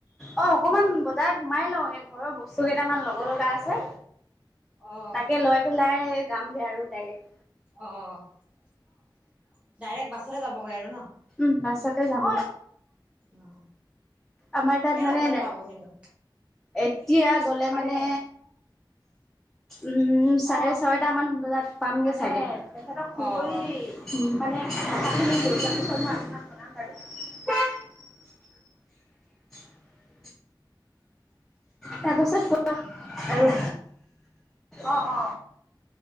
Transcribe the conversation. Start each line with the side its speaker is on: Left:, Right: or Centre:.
Centre: অ অকমান বজাৰত সোমাই লওঁ, এই ঘৰৰ বস্তু কেইটামান ল'ব লগা আছে।
Right: অ',
Centre: তাকে লৈ পেলাই যামগে আৰু ডাইৰেক্ট।
Right: অ ডাইৰেক্ট বাছতে যাবগৈ আৰু ন।
Centre: উম বাছতে যাম।
Right: অ',
Centre: আমাৰ তাত
Right: কেইটা
Centre: মানে
Right: বজাত
Centre: নাই।
Right: পাবগৈনো?
Centre: এতিয়া গ'লে মানে উম চাৰে ছয়টামান বজাত পামগে চাগে। তেখেতক ফোন
Right: অ',
Centre: কৰি মানে <unintelligible> লৈ <unintelligible> <inaudible> তাৰপাছত কোৱা আৰু, অ অ।